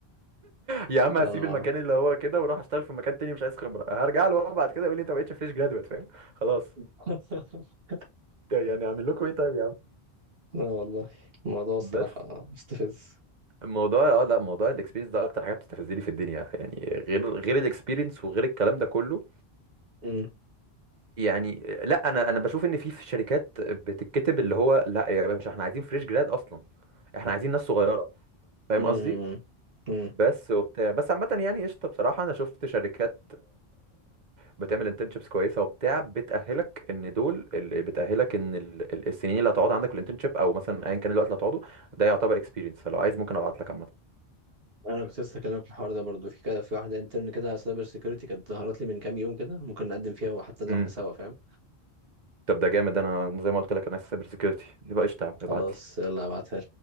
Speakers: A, on the right; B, on the right.
A: يا عم
B: اه
A: هسيب المكان اللي هو كده واروح اشتغل في مكان تاني مش عايز خبره هرجع له بقى بعد كده يقول لي انت ما بقتش فريش جرادويت فاهم خلاص
B: <laughs>
A: طيب يعني اعمل لكم ايه طيب يا عم
B: لا والله الموضوع الصراحة
A: بس
B: مستفز
A: الموضوع اه لا موضوع الاكسبيرينس ده اكتر حاجه بتستفزني في الدنيا يعني غير غير الاكسبيرينس وغير الكلام ده كله
B: مم.
A: يعني لا انا انا بشوف ان في في شركات بتتكتب اللي هو لا يا باشا احنا عايزين فريش جراد اصلا احنا عايزين ناس صغيره فاهم
B: مم.
A: قصدي
B: مم.
A: بس وبتاع بس عامه يعني قشطه بصراحه انا شفت شركات بتعمل انترنشيبس كويسه وبتاع بتاهلك ان دول ال- بتاهلك ان ال- ال- السنين اللي هتقعد عندك في الانترنشيب او مثلا ايا كان الوقت اللي هتقعده ده يعتبر اكسبيرينس فلو عايز ممكن ابعت لك
B: انا كنت لسه هكلمك في الحوار ده برضو في كده في واحدة انترن كده على سايبر سيكيورتي كانت ظهرت لي من كام يوم كده ممكن نقدم فيها وحتى نروح
A: عامه
B: سوا فاهم
A: طب ده جامد انا زي ما قلت لك انا سايبر سيكيورتي يبقى قشطه يا عم ابعت
B: خلاص
A: لي
B: يلا هبعتها